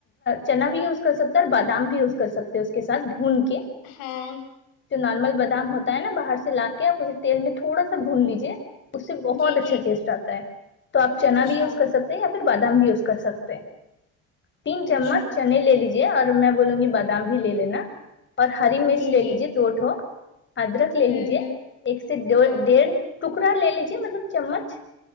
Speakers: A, on the left; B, on the left.
A: چنا بھی یوز کر سکتا ہے اور بادام بھی یوز کر سکتے ہیں اس کے ساتھ بھون کے
B: ہاں
A: جو نارمل بادام ہوتا ہے نا باہر سے لا کے آپ تیل میں تھوڑا سا بھون لیجیے اس سے بہت
B: جی
A: اچھا
B: جی
A: ٹیسٹ آتا ہے تو آپ چنا
B: اچھا
A: بھی یوز کر سکتے ہیں یا پھر بادام بھی یوز کر سکتے ہیں تین چمچ
B: اچھا
A: چنے لے لیجے اور میں بولوں گی بادام بھی لے لینا اور ہری مرچ
B: جی
A: لے
B: جی
A: لیجے دوٹھو ادرک لے
B: ہوں
A: لیجے
B: ہوں
A: ایک سے ڈے
B: ہاں
A: ڈیھ ٹکڑا لے لیجیے مطلب چمچ